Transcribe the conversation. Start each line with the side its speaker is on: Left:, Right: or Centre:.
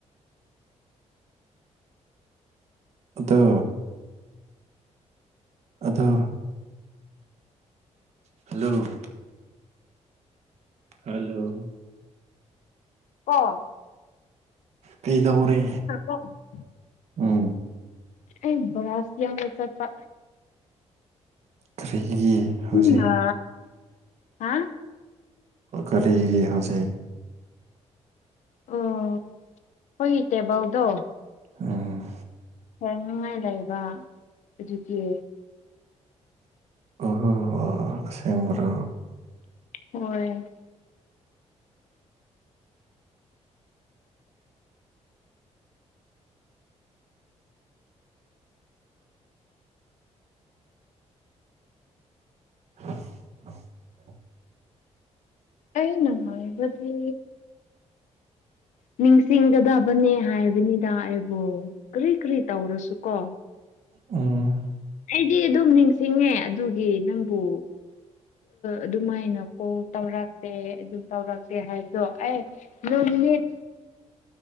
Right: ꯑꯗꯣ ꯑꯗꯣ ꯍꯜꯂꯣ ꯍꯜꯂꯣ
Left: ꯑꯣ
Right: ꯀꯩꯗꯧꯔꯦ
Left: <unintelligible>
Right: ꯎꯝ꯫
Left: ꯑꯩ ꯕꯔꯁ ꯌꯦꯡꯕ ꯆꯠꯄ
Right: ꯀꯔꯤꯒꯤ
Left: ꯅꯪꯅ
Right: ꯍꯧꯖꯤꯛ
Left: ꯍꯥ
Right: ꯀꯔꯤꯒꯤ ꯍꯧꯖꯤꯛ
Left: ꯑꯣ ꯑꯩꯈꫭꯏꯒꯤ ꯇꯦꯕꯥꯜꯗꯣ
Right: ꯎꯝ꯫
Left: ꯁꯦꯡꯅꯤꯉꯥꯏ ꯂꯩꯕ ꯑꯗꯨꯒꯤ
Right: ꯑꫭꯍꯣ ꯑꯣ ꯑꯁꯦꯡꯕ꯭ꯔꯣ
Left: ꯍꯣꯏ꯫
Right: <inaudible>
Left: ꯑꯩꯅ ꯍꯥꯏꯕꯗꯤ ꯅꯤꯡꯁꯤꯡꯒꯗꯕꯅꯦ ꯍꯥꯏꯕꯅꯤꯗ ꯑꯩꯕꯨ ꯀꯔꯤ ꯀꯔꯤ ꯇꯧꯔꯁꯨ ꯀꯣ
Right: ꯎꯝ꯫
Left: ꯑꯩꯗꯤ ꯑꯗꯨꯝ ꯅꯤꯡꯁꯤꯡꯉꯦ ꯑꯗꯨꯒꯤ ꯅꯪꯕꯨ ꯑꯗꯨꯃꯥꯏꯅ ꯀꯣꯜ ꯇꯧꯔꯛꯇꯦ ꯑꯗꯨ ꯇꯧꯔꯛꯇꯦ ꯍꯥꯏꯕꯗꯣ ꯑꯦ ꯅꯨꯃꯤꯠ